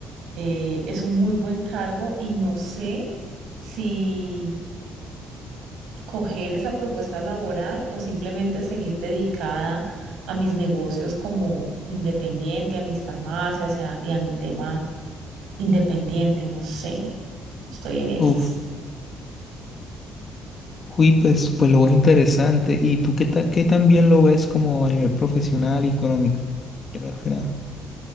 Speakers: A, on the right; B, on the left.
A: eh, es un muy buen cargo y no sé si coger esa propuesta laboral o simplemente seguir dedicada a mis negocios como independiente, a mis farmacias y a, y a mi tema independiente, no sé. Estoy en esas.
B: uf, uy, pues, pues lo veo interesante. ¿Y tú qué, ta- qué también lo ves como a nivel profesional y económico? Primero que nada.